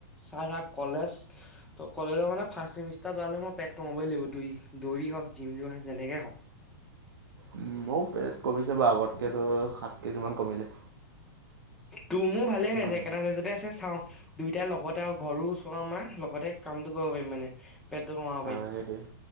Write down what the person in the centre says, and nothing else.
চাই থাক কলেজত কলেজৰ মানে ফাৰ্ছ চেমিষ্টাৰ যোৱালে মই পেট কমাবই লাগিব দৌৰি দৌৰি হওক জিম যোৱা‌ যেনেকে হওক
তো মোৰ ভালে
হৈ আছে একেটা সাইজতে আছে চাওঁ দুইটাৰ লগতে আৰু ঘৰ ওচৰ আমাৰ লগতে কামটো কৰিব পাৰিম মানে। পেটটো কমাব পাৰিম